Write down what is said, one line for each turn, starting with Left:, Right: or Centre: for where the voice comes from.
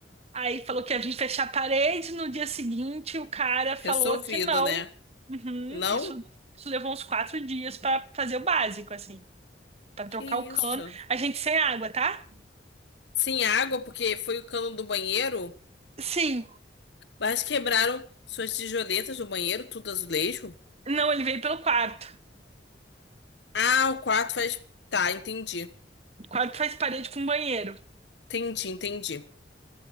Right: aí falou que ia vir fechar a parede. No dia seguinte, o cara falou
Left: Resolvido,
Right: que não.
Left: né?
Right: Uhum,
Left: Não?
Right: isso, isso levou uns quatro dias para fazer o básico, assim, para
Left: Que
Right: trocar o cano.
Left: isso?
Right: A gente sem água, tá?
Left: Sem água, porque foi o cano do banheiro?
Right: Sim.
Left: Mas quebraram suas tijoletas do banheiro, tudo azulejo.
Right: Não, ele veio pelo quarto.
Left: Ah, o quarto faz. Tá, entendi.
Right: O quarto faz parede com banheiro.
Left: Entendi, entendi.